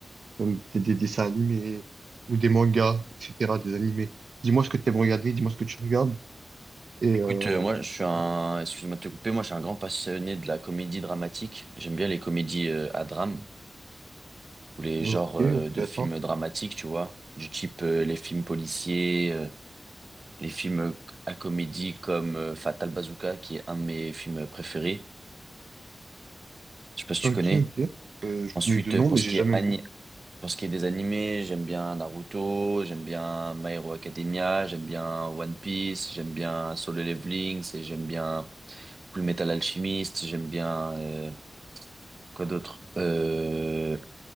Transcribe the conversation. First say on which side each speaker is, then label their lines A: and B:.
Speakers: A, on the right; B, on the right.
A: comme des, des dessins animés ou des mangas, etc., des animés. Dis-moi ce que t'aimes regarder, dis-moi ce que tu regardes. Et
B: Écoute,
A: euh,
B: euh, moi je suis un,
A: voilà.
B: excuse-moi de te couper, moi je suis un grand passionné de la comédie dramatique. J'aime bien les comédies euh, à drame ou les
A: ok,
B: genres euh,
A: intéressant.
B: de films dramatiques, tu vois, du type euh, les films policiers, euh, les films à comédie comme euh, Fatal Bazooka, qui est un de mes films préférés. Je sais pas si
A: Ok,
B: tu connais.
A: ok. Euh, je
B: Ensuite,
A: connais deux noms,
B: euh, pour
A: mais
B: ce
A: j'ai
B: qui
A: jamais
B: est ani-
A: vu.
B: pour ce qui est des animés, j'aime bien Naruto, j'aime bien My Hero Academia, j'aime bien One Piece, j'aime bien Solo Leveling, et j'aime bien Full Metal Alchemist, j'aime bien euh, Quoi d'autre? Euh,